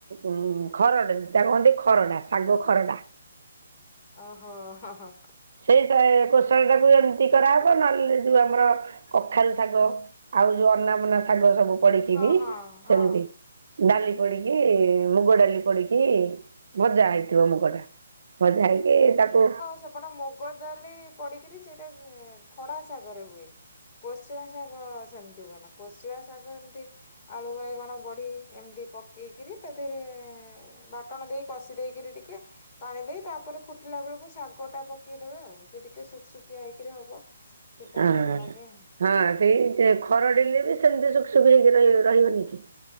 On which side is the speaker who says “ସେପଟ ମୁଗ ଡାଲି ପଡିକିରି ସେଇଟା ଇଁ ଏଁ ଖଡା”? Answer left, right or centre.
Left